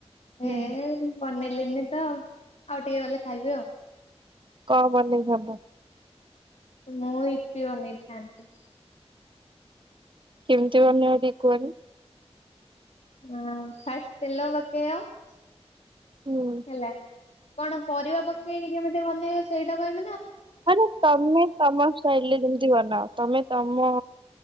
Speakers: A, on the right (about 45°); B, on the left (about 75°).
A: ହୁଁ
B: ହେ ବନେଇିଲି। ଉନିତ ଆଉ ଟିକେ ଗଲେ ଖାଇବି ଆଉ।
A: କମ ସବ
B: ମୁଁ ଇପୀ ବନେଇଥାଆନ୍ତି
A: କେମିତି ବନେଇବ ଟିକେ କୁହନି?
B: ହଁ ଫାଷ୍ଟ ତେଲ ପକେଇବ। <inaudible>
A: ହୁଁ
B: ହେଲା। କଣ ପରିବା ପକେଇକି ଯେମିତି ବନେଇ ସେଇଟା ପାଇଁ
A: ମ ତମେ ତମ ଶୈଳୀରେ ଯେମିତି ବନାଅ ତମେ ତମ